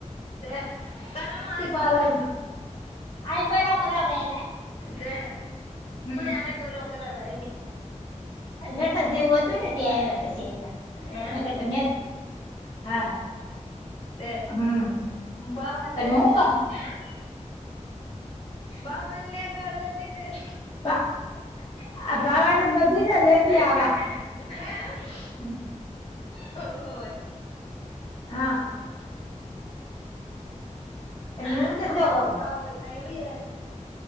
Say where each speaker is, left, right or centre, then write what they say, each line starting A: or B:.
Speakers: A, on the left; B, on the left.
A: તે તારા માં આય
B: પાર્લર
A: કરું. તે
B: માં આઈબ્રો કરાવે આવ્યા
A: તય
B: હમ
A: આય બરો કરો <unintelligible>
B: વરસાદ જેવું હતું ને ત્યા આવ્યા પછી આવ્યા.
A: હે
B: <unintelligible> હા હા
A: તે
B: હમ્મ હમ્મ.
A: બાવા
B: તમે
A: લે
B: હું કામ
A: <unintelligible> બાવનને તો લેધી જા.
B: આ ભવાડ બધી ને લેતી
A: દાઢ
B: આવા.
A: <inaudible>
B: હમ્મ.
A: હોવે.
B: હા તમે
A: હાલ
B: હું ધંધો
A: તો માવો
B: કરો
A: કાવો હોય તો અઈ વિઆઇ.